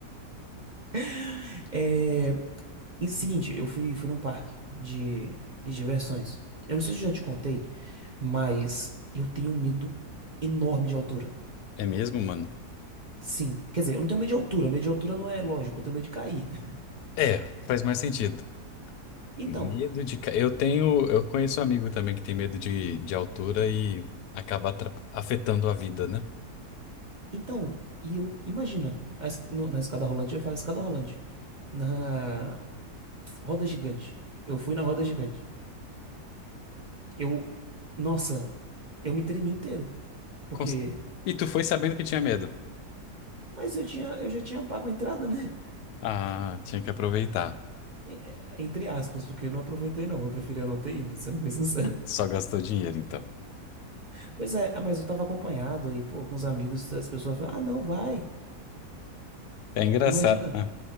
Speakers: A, on the right; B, on the left.
A: <laughs> É. E seguinte, eu fui, fui num parque de, de diversões. Eu não sei se eu já te contei, mas eu tenho um medo enorme de altura.
B: É mesmo, mano?
A: Sim. Quer dizer, eu não tenho medo de altura. Medo de altura não é lógico, eu tenho medo de cair. <laughs>
B: É, faz mais sentido.
A: Então,
B: Medo de. ca- Eu tenho. Eu conheço um amigo também que tem medo de, de altura e acaba atra- afetando a vida, né?
A: então, e eu. Imagina, a es- no- na escada rolante, eu ia falar escada rolante. Na, Roda gigante. Eu fui na roda gigante. Eu, nossa, eu me tremi inteiro, porque,
B: Cons- E tu foi sabendo que tinha medo?
A: mas eu tinha, eu já tinha pago a entrada, né?
B: Ah, tinha que aproveitar.
A: E- é, Entre aspas, porque eu não aproveitei não, eu preferia não ter ido, <laughs> sendo bem sincero. <laughs>
B: Só gastou dinheiro, então.
A: Pois é, ah, mas eu tava acompanhado aí, pô, com os amigos, as pessoas falaram, ah, não, vai.
B: É engraçado.
A: Imagina,
B: Hã?